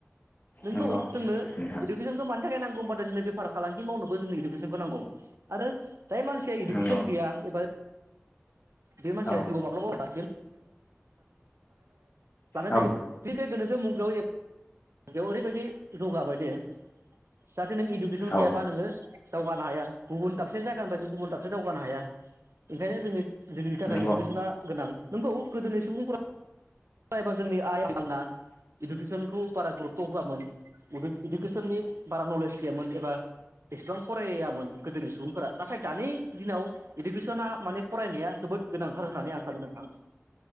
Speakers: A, on the right; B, on the left.
A: नोंगौ
B: नंगौ
A: जोंनो
B: नोंथां
A: इडुकेसनखौ मानि थाखाय नांगौ होनबाथाय जोंनो बेफार फालांगि मावनोबो जों इडुकेसनखौ नांगौ आरो जाय मानसिया इडुकेसन
B: नंगौ
A: गैया एबा बे मानसिया
B: औ
A: जिउआव माब्लाबाबो <unintelligible>
B: औ
A: <unintelligible> मुगायाव एफ। बेयाव ओरैबायदि जौगाबाय दि जाहाथे नों इडुकेसन
B: औ
A: गैयाबा नोङो दावगानो हाया गुबुन दाबसे जायगानिफ्रायनो गुबुन दाबसे दावगानो हाया ओंखायनो जोङो जोंनि थाखाय
B: नंगौ
A: इडुकेसना गोनां। नोंगौ गोदोनि सुबुंफोरा एबा जोंनि आइ आफामोना इडुकेसनखौ बारा गुरुथ्त' होआमोन। इडुकेसननि बारा नलेज गैयामोन एबा एसेबां फरायामोन गोदोनि सुबुंफोरा नाथाय दानि दिनाव इडुकेसना माने फरायनाया जोबोद गोनांथार होननानै आं सानो नोंथां।